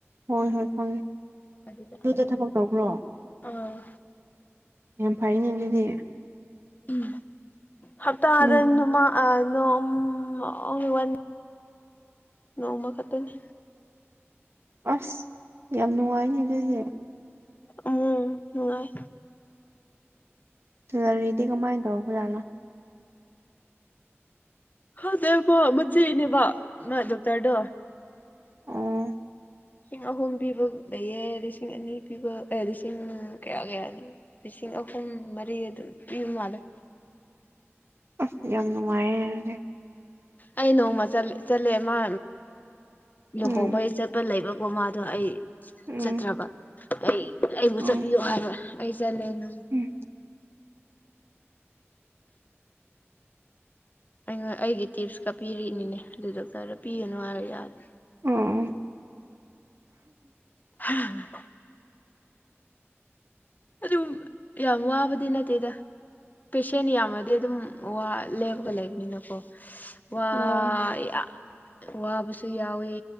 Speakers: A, on the right (about 60°); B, on the left (about 40°).
A: ꯍꯣꯏ ꯍꯣꯏ ꯈꯪꯉꯦ
B: ꯑꯗꯨꯗ
A: ꯗꯨꯗ ꯊꯕꯛ ꯇꯧꯕ꯭ꯔꯣ
B: ꯑꯥ
A: ꯌꯥꯝ ꯐꯩꯅꯦ ꯑꯗꯨꯗꯤ
B: ꯎꯝ ꯍꯞꯇꯥꯗ
A: ꯅꯪ
B: ꯅꯣꯃꯥ ꯑꯥ ꯅꯣꯝ ꯑꯣꯡꯂꯤ ꯋꯥꯟ ꯅꯣꯡꯃ ꯈꯠꯇꯅꯦ
A: ꯑꯁ ꯌꯥꯝ ꯅꯨꯡꯉꯥꯏꯅꯦ ꯑꯗꯨꯗꯤ
B: ꯎꯝ ꯅꯨꯡꯉꯥꯏ
A: ꯁꯦꯂꯔꯤꯗꯤ ꯀꯃꯥꯏꯟ ꯇꯧꯕ ꯖꯥꯂꯥ
B: ꯈꯪꯗꯦ ꯃꯥ ꯃꯆꯦꯅꯦꯕ ꯃꯥ ꯗꯣꯛꯇꯔꯗꯣ
A: ꯑꯣ
B: ꯂꯤꯁꯤꯡ ꯑꯍꯨꯝ ꯄꯤꯕ ꯂꯩꯌꯦ ꯂꯤꯁꯤꯡ ꯑꯅꯤ ꯄꯤꯕ ꯂꯤꯁꯤꯡ ꯀꯌꯥ ꯀꯌꯥꯅꯣ ꯂꯤꯁꯤꯡ ꯑꯍꯨꯝ ꯃꯔꯤ ꯑꯗꯨꯝ ꯄꯤꯕ ꯃꯥꯜꯂꯦ
A: ꯑꯣ ꯌꯥꯝ ꯅꯨꯡꯉꯥꯏꯌꯦ ꯑꯗꯨꯗꯤ
B: ꯑꯩ ꯅꯣꯡꯃ ꯆꯠ ꯆꯠꯂꯦ ꯃꯥ ꯂꯨꯍꯣꯡꯕꯩ
A: ꯎꯝ
B: ꯆꯠ ꯄ ꯂꯩꯕꯀꯣ ꯃꯥꯗꯣ ꯑꯩ
A: ꯎꯝ
B: ꯆꯠꯇ꯭ꯔꯕ ꯑꯩ ꯑꯩꯕꯨ
A: ꯎꯝ
B: ꯆꯠꯄꯤꯌꯣ ꯍꯥꯏꯕ ꯑꯩ ꯆꯠꯂꯦ ꯑꯗꯨꯝ
A: ꯎꯝ
B: ꯑꯩꯉ ꯑꯩꯒꯤ ꯇꯤꯞꯁꯀ ꯄꯤꯔꯛꯏꯅꯤꯅꯦ ꯑꯗꯨ ꯗꯣꯛꯇꯔꯗ ꯄꯤꯒꯅꯨ ꯍꯥꯏꯔ ꯌꯥꯗꯦ
A: ꯑꯣ
B: ꯍꯥ ꯑꯗꯨꯝ ꯌꯥꯝ ꯋꯥꯕꯗꯤ ꯅꯠꯇꯦꯗ ꯄꯦꯁꯦꯟ ꯌꯥꯝꯃꯗꯤ ꯑꯗꯨꯝ ꯋꯥ ꯂꯦꯞꯄꯒ ꯂꯩꯕꯅꯤꯅꯀꯣ ꯋꯥ
A: ꯑꯣ
B: ꯌꯥ ꯋꯥꯕꯁꯨ ꯌꯥꯎꯋꯤ